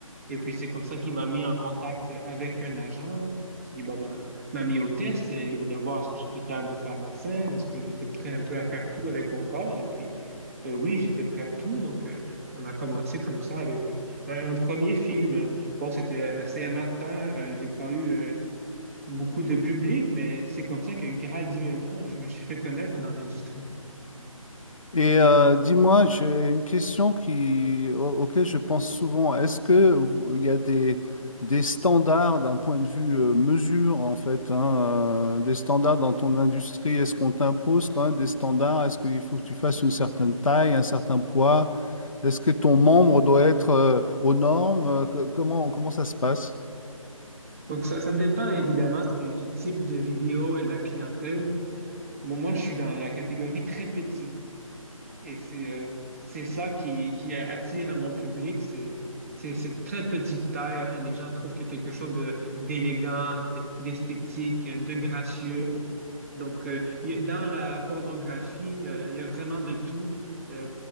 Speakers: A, on the right; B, on the left.
A: Et puis, c'est comme ça qu'il m'a mis en contact avec un agent qui bah, m'a m'a mis au test et voulait voir est-ce que j'étais capable de faire de la scène, est-ce que j'étais prêt un peu à faire tout avec mon corps. Et puis, euh, oui, j'étais prêt à tout. Donc, euh, on a commencé comme ça avec euh, un, un premier film. Bon, c'était assez amateur. euh, j'ai pas eu euh, beaucoup de public, mais c'est comme ça que graduellement, je me suis fait connaître dans l'industrie.
B: Et euh, dis-moi, j'ai une question qui, au- auquel je pense souvent. Est-ce que vous- il y a des, des standards d'un point de vue euh, mesure, en fait, hein, euh, des standards dans ton industrie? Est-ce qu'on t'impose quand même des standards? Est-ce qu'il faut que tu fasses une certaine taille, un certain poids? Est-ce que ton membre doit être euh, aux normes? euh, que- Comment, comment ça se passe?
A: Donc, ça, ça dépend évidemment du, du type de vidéo et de la clientèle. Moi, moi, je suis dans la catégorie très petit. Et c'est euh, c'est ça qui, qui attire mon public. C'est c'est c'est de très petite taille. hein, et les gens trouvent qu'il y a quelque chose de d'élégant, d- d'esthétique, de gracieux. Donc, euh, y a- dans la pornographie, euh, il y a vraiment de tout. Euh,